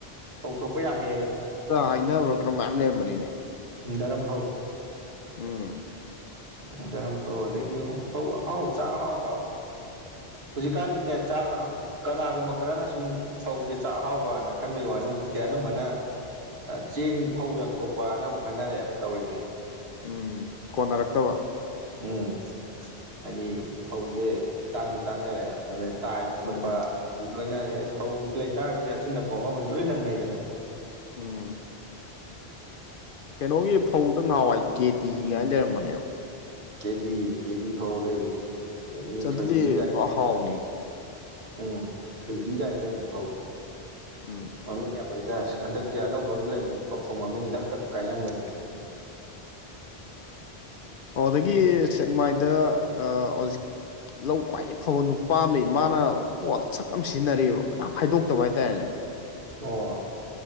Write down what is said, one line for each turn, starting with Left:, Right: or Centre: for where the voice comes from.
Right: ꯐꯧ ꯊꯣꯛꯄ ꯌꯥꯝ ꯍꯦꯜꯂꯦꯕ
Left: ꯍꯥꯏꯅꯔꯛꯇ꯭ꯔꯣ ꯃꯌꯥꯝ ꯂꯩꯔꯝꯕꯅꯤꯅꯦ
Right: ꯗꯔꯝꯐꯧ
Left: ꯎꯝ
Right: ꯑꯗꯨꯌꯥꯝ ꯐꯕꯗꯒꯤ ꯑꫭ ꯐꯧ ꯑꯍꯥꯎꯕ ꯆꯥꯛ ꯑꯍꯥꯎꯕ ꯍꯧꯖꯤꯛꯀꯥꯟꯗꯤꯅꯦ ꯆꯥꯛ ꯑ ꯀꯅꯥꯒꯨꯝꯕ ꯈꯔꯅ ꯁꯨꯝ ꯐꯧꯖꯦ ꯆꯥꯛ ꯍꯥꯎꯕꯅ ꯈꯟꯕꯩ ꯋꯥꯅꯤ ꯍꯧꯖꯤꯛꯇꯤ ꯑꯅꯝꯕꯅ ꯑ ꯆꯦꯡ ꯐꯧ ꯌꯥꯝ ꯊꯣꯛꯄꯅ ꯑꯃꯨꯛ ꯈꯟꯅꯔꯛꯑꯦꯕ ꯇꯧꯔꯤꯖꯦ
Left: ꯎꯝ ꯀꯣꯟꯅꯔꯛꯇꯕ
Right: ꯎꯝ ꯍꯥꯏꯗꯤ ꯐꯧꯖꯦ ꯇꯥꯡꯖꯨ ꯇꯥꯡꯅꯔꯛꯑꯦ ꯑꯗꯩ ꯇꯥꯏꯕ ꯈꯣꯠꯄ
Left: ꯎꯝ
Right: ꯑꯗꯨ ꯂꯣꯏꯅ ꯐꯧ ꯂꯩꯇꯥꯥꯔꯗꯤ ꯑꯆꯤꯟ ꯑꯀꫭꯝ ꯑꯃꯃꯖꯨ ꯂꯣꯏ ꯅꯪꯅꯩꯗꯅ
Left: ꯎꯝ ꯀꯩꯅꯣꯒꯤ ꯐꯧꯗ ꯉꯍꯥꯟꯋꯥꯏ ꯀꯦ ꯗꯤ ꯀꯥꯏꯅ ꯂꯩꯔꯝꯕꯅꯦꯕ
Right: ꯀꯦꯗꯤ ꯀꯦꯗꯤ ꯐꯧ ꯂꯩ ꯑꯗꯒꯤ
Left: ꯑꯗꯨꯗꯤ
Right: ꯊꯣꯏꯕꯤ ꯀꯥꯏꯅ
Left: ꯍꯎꯕꯅꯤ
Right: ꯎꯝ ꯊꯣꯏꯕꯤ ꯀꯥꯏꯅ ꯂꯩꯕꯅꯦ ꯐꯧ
Left: ꯎꯝ
Right: ꯃꯃꯤꯡ ꯌꯥꯝ ꯂꯩꯗꯁ ꯍꯟꯗꯛꯇꯤ ꯑꯅꯧꯕ ꯑꯝꯁꯨ ꯂꯩꯕꯅꯤ ꯐꯧ ꯃꯃꯤꯡ ꯗꯛ ꯗꯛ ꯀꯥꯏꯅ ꯑꯃ ꯂꯩꯕꯅꯦ
Left: ꯑꯣꯗꯒꯤ ꯁꯦꯛꯃꯥꯏꯗ ꯍꯧꯖꯤꯛ ꯂꯧ ꯈ꯭ꯋꯥꯏꯗꯒꯤ ꯐꯕ ꯅꯨꯄꯥꯥꯝꯅꯩ ꯃꯥꯅ ꯄꯣꯠ ꯁꯛ ꯑꯃ ꯁꯤꯖꯤꯟꯅꯔꯤꯑꯕ ꯀꯅꯥꯝ ꯍꯥꯏꯗꯣꯛꯇꯕ ꯍꯥꯏꯇꯥꯔꯦꯅꯦ
Right: ꯑꯣ